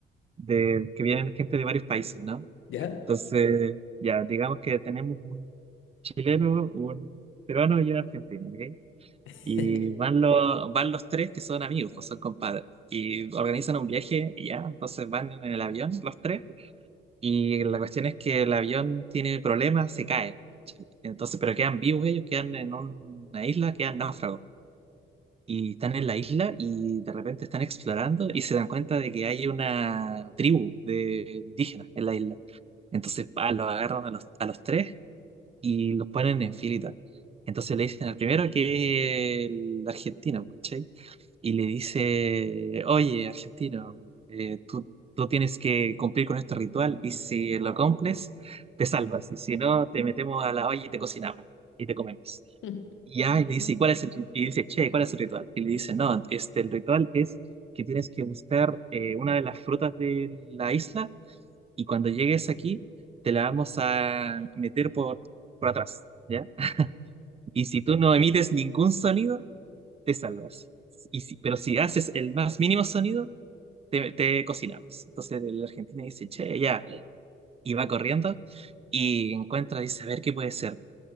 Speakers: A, on the right; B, on the left.
A: de que vienen gente de varios países, ¿no?
B: ¿ya?
A: Entonces, ya, digamos que tenemos un chileno, un peruano y un argentino, ¿ok?
B: <laughs>
A: Y van los, van los tres que son amigos, pues son compadres. Y organizan un viaje, y ya, entonces van en el avión los tres. Y la cuestión es que el avión tiene problemas, se cae. Entonces, pero quedan vivos ellos, quedan en una isla, quedan náufragos. Y están en la isla y de repente están explorando y se dan cuenta de que hay una tribu de indígenas en la isla. Entonces, pa, los agarran a los, a los tres y los ponen en filita. Entonces le dicen al primero que es el argentino, pues, ¿cachai? Y le dice, oye, argentino, eh, tú, tú tienes que cumplir con este ritual y si lo cumples, te salvas. Y si no, te metemos a la olla y te cocinamos y te comemos.
B: <laughs> ¿Te
A: Y ya, y le dice, "¿Y cuál es el rit-?" Y dice, che, ¿cuál es el ritual? Y le dice, no, este, el ritual es que tienes que buscar eh, una de las frutas de la isla y cuando llegues aquí, te la vamos a meter por, por atrás, ¿ya? Y si tú no emites ningún sonido, te salvas. Y si- pero si haces el más mínimo sonido, te, te cocinamos. Entonces el argentino dice, che, ya, y va corriendo y encuentra, dice, a ver qué puede ser.